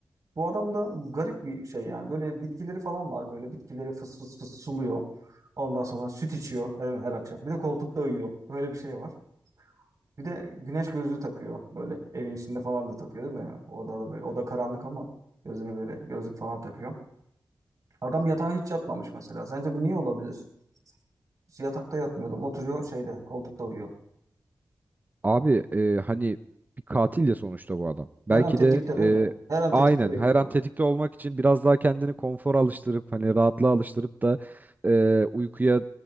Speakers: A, on the right (about 50°); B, on the right (about 20°).
A: Bu adam da garip bir şey yani. Böyle bitkileri falan var. Böyle bitkileri fıs fıs fıs suluyor. Ondan sonra süt içiyor her, her akşam. Bir de koltukta uyuyor. Öyle bir şey var. Bir de güneş gözlüğü takıyor. Böyle evin içinde falan da takıyor değil mi? Odada böyle. Oda karanlık ama gözüne böyle gözlük falan takıyor. Adam yatağa hiç yatmamış mesela. Sence bu niye olabilir? Hiç Yatakta yatmıyordu. Oturuyor şeyde koltukta uyuyor.
B: Abi e, hani bir katil ya sonuçta bu adam. Belki
A: Her an tetikte
B: de
A: değil
B: e,
A: mi? Her an tetikte
B: aynen
A: bekliyor.
B: her an tetikte olmak için biraz daha kendini konfora alıştırıp hani rahatlığa alıştırıp da e, uykuya